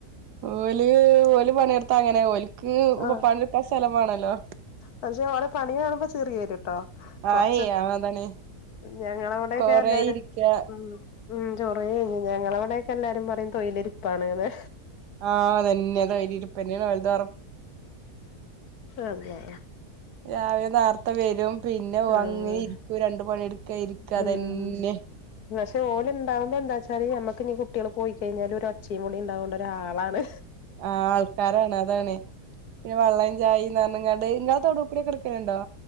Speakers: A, on the right; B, on the left.
A: ഓല് ഓല് പണിയെടുത്താ അങ്ങനെ ഓല് ക്ക് ഇപ്പൊ
B: ആഹ്
A: പണിയെടുക്കാൻ സ്ഥലം വേണല്ലോ
B: പക്ഷെ ഓരെ പണിയ കാണുമ്പോ ചിറി വരുട്ടോ കൊറച്ച
A: ആയ് അതാണ്
B: ഞങ്ങളവിടെ
A: കൊറേ
B: ഒക്കെ എല്ലാരും
A: ഇരിക്ക
B: ഉം ഉം ചൊറ കഴിഞ്ഞ് ഞങ്ങളവിടെ ഒക്കെ എല്ലാരും പറയും തൊഴിലരിപ്പാണ്ന്ന്
A: ആഹ് തന്നെ അത വല ഇടുപ്പ്ന്നെയാണ് വലുതോറ
B: അള്ളാ
A: രാവിലെ നേർത്തെ വരും പിന്നെ
B: ആഹ്
A: അങ്ങനെ ഇരിക്കൂ രണ്ട് പണി എടുക്ക ഇരിക്ക അതന്നെ
B: ഉം പക്ഷെ ഓല് ഉണ്ടാവുമ്പോ എന്താ വെച്ചാല് നമ്മക്ക്ഞ്ഞി കുട്ടികൾ പോയി കഴിഞ്ഞാല് ഒരു ഒച്ചയും വിളി ഉണ്ടാവണ്ട ആളാണ്
A: ആഹ് ആൾക്കാരാണ് അതാണ് പിന്നെ വെള്ളം ചായന്ന് പറഞ്ഞ്ങ്ങാണ്ട് ഇങ്ങളെ തൊടൂകൂടി ഒക്കെ എടുക്കലുണ്ടോ